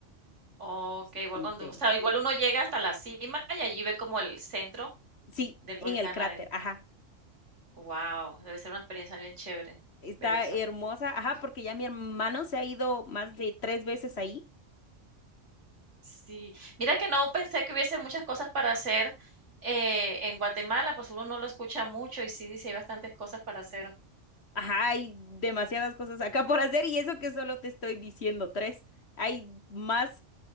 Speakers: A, on the right (about 70°); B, on the left (about 60°).
A: okey,
B: Sí,
A: igual
B: te inter-
A: cuando o sea, igual uno llega hasta la cima y allí ve como el centro
B: sí,
A: del volcán
B: en el cráter,
A: adentro.
B: ajá.
A: Wow. debe ser una experiencia bien chévere
B: Está
A: ver eso.
B: hermosa, ajá, porque ya mi hermano se ha ido más de tres veces ahí.
A: Sí, mira que no pensé que hubiese muchas cosas para hacer eh, en Guatemala, pues uno no lo escucha mucho y sí, dice hay bastantes cosas para hacer.
B: Ajá, hay demasiadas cosas acá por hacer y eso que solo te estoy diciendo tres. Hay más